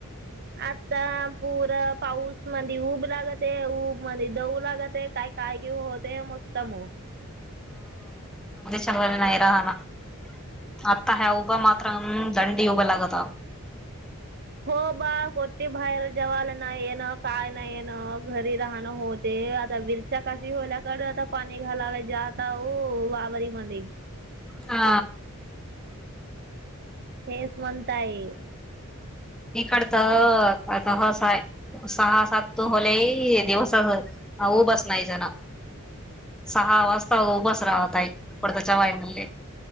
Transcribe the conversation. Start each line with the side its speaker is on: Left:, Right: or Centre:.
Right: आता पुूर पाऊस मधी ऊब लागत आहे ऊब मध्ये दऊ लागत आहे काय काय क होते उत्तम हो
Centre: ना <unintelligible> आता ह उघ मात्र <unintelligible>
Right: हो बा कोठते बाहेर जवायला नाही ये ना काय नाही ये ना घरी राहणं होते आता विरच्या काशी होल्याकडे आता पाणी घालायला जात वावरारी मधी.
Centre: हा!
Right: फेस म्हणता ये.
Centre: इकड तर आता हस आहे सहा सातू होले दिवस उभास नाही जण सहा वाजता उभास राहतई पुडताच्यावाई म्हण.